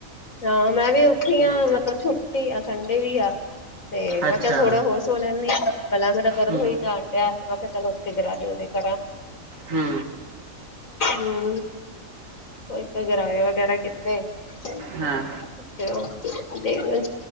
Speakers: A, on the left; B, on the right.
A: ਹਾਂ ਮੈਂ ਵੀ ਉੱਠੀ
B: ਤੇ
A: ਹਾਂ ਮਤਲਬ ਛੁੱਟੀ ਆ ਸੰਡੇ ਵੀ ਆ। ਤੇ ਮੈਂ
B: ਅੱਛਾ
A: ਕਿਹਾ ਥੋੜਾ ਹੋਰ ਸੌ ਲੈਣੀ ਆ ਗਲਾ ਮੇਰਾ। ਗਰਦ
B: ਹੂੰ
A: ਹੋਈ ਜਾਣ ਡਿਆ ਮੈਂ ਕਿਹਾ ਚਲ ਉੱਠ ਕੇ ਗਰਾਰੇ ਗੁਰਾਰੇ ਕਰਾ।
B: ਹੂੰ।
A: ਹੂੰ ਉਹੀ ਫੇਰ ਗਰਾਰੇ ਵਗੈਰਾ ਕੀਤੇ ਤੇ
B: ਹਾਂ।
A: ਉਹ। ਫ਼ਰਕ ਨਹੀਂ ਫੇਰ।